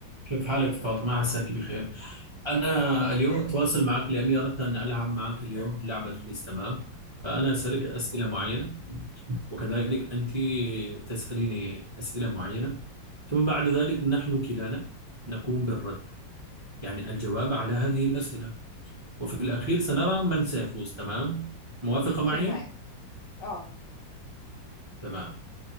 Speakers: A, on the right; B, on the left.
A: كيف حالك فاطمة عساك بخير أنا اليوم أتواصل معك لأني أردت أن ألعب معك اليوم لعبة كويس تمام فأنا أسألك أسئلة معينة وكذلك أنت تسأليني أسئلة معينة ثم بعد ذلك نحن كلانا نقوم بالرد يعني الجواب على هذه الأسئلة وفي الأخير سنرى من سيفوز تمام موافقة معي
B: في معاك اه
A: تمام